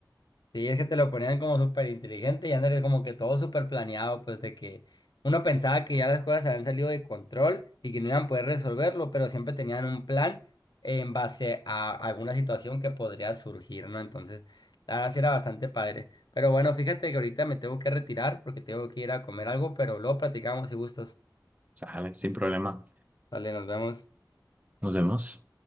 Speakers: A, on the left; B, on the right.
A: Sí, es que te lo ponían como súper inteligente y andarías como que todo súper planeado, pues de que uno pensaba que ya las cosas se habían salido de control y que no iban a poder resolverlo, pero siempre tenían un plan en base a alguna situación que podría surgir, ¿no? Entonces, la verdad sí era bastante padre. Pero bueno, fíjate que ahorita me tengo que retirar porque tengo que ir a comer algo, pero luego platicamos y gustos.
B: Sale, sin problema.
A: Vale, nos vemos.
B: Nos vemos.